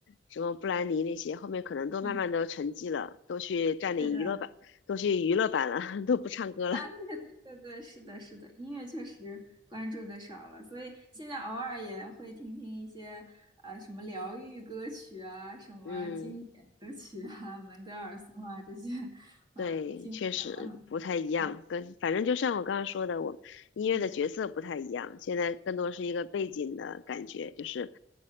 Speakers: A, on the left; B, on the right.
A: 什么布兰妮那些，后面可能都慢慢都沉寂了，
B: 嗯，
A: 都去占领娱乐版，
B: 是的。
A: 都去娱乐版了，<laughs> 都不唱歌了。
B: 啊，对对对对，是的，是的，音乐确实关注的少了，所以现在偶尔也会听听一些呃什么疗愈歌曲啊，什么经典歌曲啊，
A: 嗯。
B: 门德尔松啊这些，呃，
A: 对，
B: 经典吧，
A: 确实不太一样，
B: 嗯
A: 跟反正就像我刚刚说的，我音乐的角色不太一样，
B: 嗯
A: 现在更多是一个背景的感觉，就是